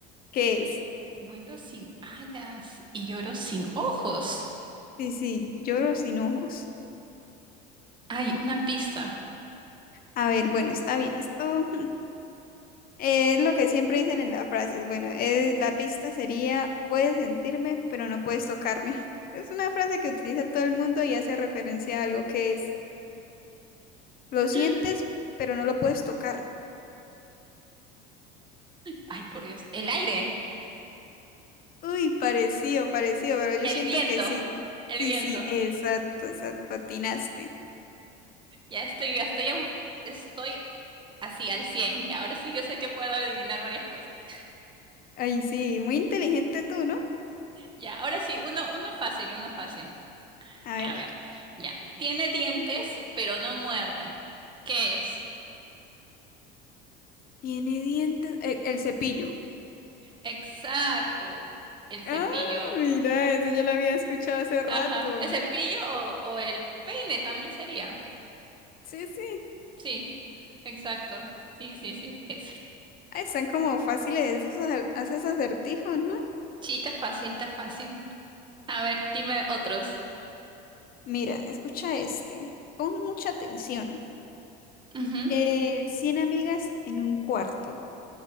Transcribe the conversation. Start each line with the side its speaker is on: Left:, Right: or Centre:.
Left: ¿Qué
Right: Vuelo,
Left: es?
Right: vuelo sin alas y lloro sin ojos.
Left: Sí, sí, lloro sin ojos.
Right: Ay, una pista.
Left: A ver, bueno, está bien, esto. Eh, lo que siempre dicen en las frases, bueno, eh, la pista sería, puedes sentirme, pero no puedes tocarme. Es una frase que utiliza todo el mundo y hace referencia a algo que es, lo sientes,
Right: <gasps>
Left: pero no lo puedes tocar.
Right: Ay, por Dios. El aire,
Left: Uy, parecido, parecido, pero yo
Right: el
Left: siento
Right: viento,
Left: que sí,
Right: el
Left: sí,
Right: viento.
Left: sí, exacto, exacto, atinaste.
Right: Ya estoy, ya estoy, en- estoy así al cien Ya, ahora sí yo sé que puedo adivinar varias cosas. <laughs>
Left: Ay, sí, muy inteligente tú, ¿no?
Right: Ya, ahora sí, uno, uno fácil, uno fácil.
Left: A
Right: A
Left: ver,
Right: ver, ya. Tiene dientes, pero no muerde. ¿Qué es?
Left: tiene dientes, el, el cepillo.
Right: Exacto. El cepillo.
Left: Ah, mira, eso ya lo había escuchado hace rato.
Right: Ajá. ¿El cepillo o, o el peine también sería?
Left: Sí, sí.
Right: Sí, exacto. Sí, sí, sí. Es.
Left: Ah, están como fáciles esos a- haces acertijos, ¿no?
Right: Sí, está fácil, está fácil. A ver, dime otros.
Left: Mira, escucha este. Pon mucha atención.
Right: Ujú.
Left: Eh, 100 amigas en un cuarto,